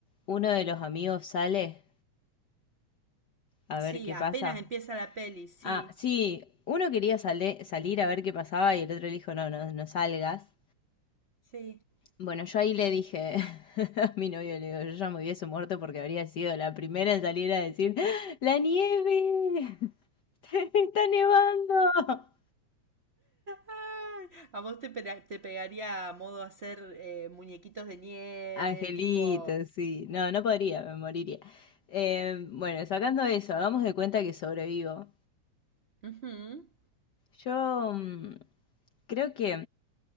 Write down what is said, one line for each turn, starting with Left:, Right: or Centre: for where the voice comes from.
Left: uno de los amigos sale a
Right: sí,
Left: ver qué
Right: apenas
Left: pasa?
Right: empieza la peli, sí,
Left: Ah, sí, uno quería sale- salir a ver qué pasaba y el otro le dijo, no, no, no salgas.
Right: sí. <laughs>
Left: Bueno, yo ahí le dije <laughs> a mi novio, le digo, yo ya me hubiese muerto porque habría sido la primera en salir a decir, ¡La nieve! <laughs> ¡Está nevando!
Right: Ay, a vos te, pega- te pegaría a modo hacer eh, muñequitos de nieve,
Left: Angelito,
Right: tipo...
Left: sí. No, no podría, me moriría. Eh, bueno, sacando eso, hagamos de cuenta que sobrevivo.
Right: Ujú,
Left: Yo mm, creo que